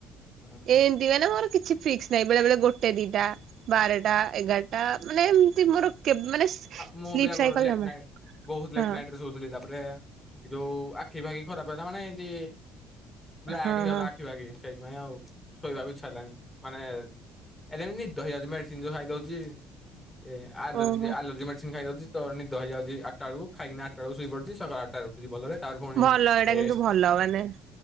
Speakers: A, on the left; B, on the right.
A: ହୁଁ ହୁଁ
B: ଏମତି ମାନେ ମୋର କିଛି ଫିକ୍ସ ନାହିଁ ବେଳେ ବେଳେ ଗୋଟେ ଦିଟା ବାରଟା ଏଗାରଟା ମାନେ ଏମତି ମୋର କେବେ ମାନେ
A: ମୁଁ
B: ସ୍ଲିପ
A: ବି ଆଗରୁ
B: ସାଇକଲ
A: ଲେଟ୍
B: ଜମା
A: ନାଇଟ୍ ବହୁତ ଲେଟ୍
B: ହଁ
A: ନାଇଟ ରେ ଶୋଉଥିଲି ତାପରେ ଏ ଯୋଉ ଆଖି ଫାଖି ଖରାପ ହେଲା ମାନେ ଏନ୍ତି ବ୍ଲାକ୍
B: ହଁ
A: ହେଇଗଲା
B: ହଁ
A: ଆଖି ଫାଖି ସେଇ ନାଇଁ ଆଉ ଶୋଇବାକୁ ଇଚ୍ଛା ହେଲାଣି ମାନେ ଏ ନିଦ ହେଇଯାଉଛି ମେଡିସିନ ଯୋଉ ଖାଇଦଉଛି ଏ ଆଲର୍ଜି
B: ଓହୋ
A: ଏଲର୍ଜି ମେଡ଼ିସିନ୍ ଖାଇଦଉଚି ତ ନିଦ ହେଇଯାଉଛି ଆଟା ବେଳୁକୁ ଖାଇକି ନା ଆଟା ବେଳୁକୁ ଶୋଇପଡୁଚି ସକାଳ ଆଟାରେ ଉଠୁଚି ଭଲରେ। ତାପରେ ପୁଣି
B: ଭଲ ଏଇଟା
A: ଏ
B: କିନ୍ତୁ ଭଲ ମାନେ